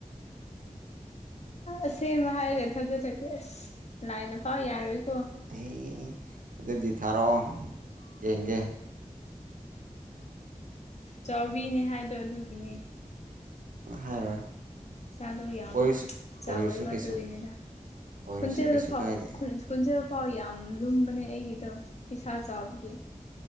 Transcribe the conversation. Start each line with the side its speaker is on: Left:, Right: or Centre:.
Left: ꯑꯁꯦꯡꯕ ꯍꯥꯏꯔꯒ ꯊꯥꯖꯗ꯭ꯔꯗꯤ ꯑꯁ ꯂꯥꯏꯅ ꯐꯥꯎ ꯌꯥꯔꯣꯏꯀꯣ
Right: ꯑꯦ ꯑꯗꯨꯗꯤ ꯊꯥꯔꯛꯑꯣ ꯌꯦꯡꯒꯦ
Left: ꯆꯥꯎꯕꯤꯅꯦ ꯍꯥꯏꯗꯣ ꯑꯗꯨꯒꯤꯅꯦ
Right: ꯍꯥꯏꯔꯣꯏ
Left: ꯏꯁꯥꯗꯣ ꯌꯥꯝ
Right: ꯑꯣꯏꯔꯁꯨ
Left: ꯆꯥꯎꯋꯦꯕ
Right: ꯑꯣꯏꯔꯁꯨ ꯀꯩꯁꯨ
Left: ꯑꯗꯨꯒꯤꯅꯤꯗ
Right: ꯑꯣꯏꯔꯁꯨ
Left: ꯈꯨꯟꯆꯦꯟꯗꯨ
Right: ꯀꯩꯁꯨ
Left: ꯐꯥꯎ
Right: ꯀꯥꯏꯗꯦ
Left: ꯈꯣꯟꯖꯦꯟꯐꯥꯎ ꯌꯥꯝ ꯂꯨꯝꯕꯅꯦ ꯑꯩꯒꯤꯗꯣ ꯏꯁꯥ ꯆꯥꯎꯕꯒꯤ